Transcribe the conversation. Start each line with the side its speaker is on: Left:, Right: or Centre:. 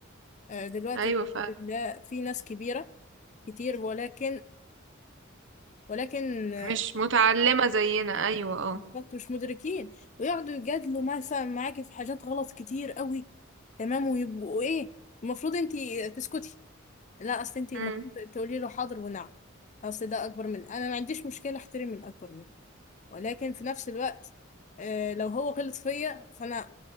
Left: آه، دلوقتي
Right: ايوه
Left: الحمد
Right: فعلا
Left: لله في ناس كبيره كتير ولكن ولكن آه،
Right: مش متعلمه زينا ايوه اه
Left: بالظبط مش مدركين ويقعدوا يجادلوا مثلا معاكي في حاجات غلط كتير قوي تمام ويبقوا ايه المفروض انتي تسكتي لا اصل انت المفروض
Right: امم
Left: تقولي له حاضر ونعم اصل ده اكبر مني انا ما عنديش مشكله احترم الاكبر مني ولكن في نفس الوقت آه لو هو غلط فيا فانا